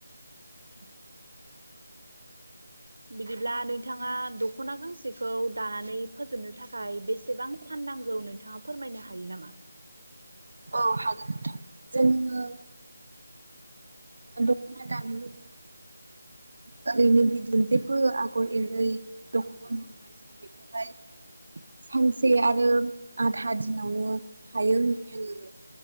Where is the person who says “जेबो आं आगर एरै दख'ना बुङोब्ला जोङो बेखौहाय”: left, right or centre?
Right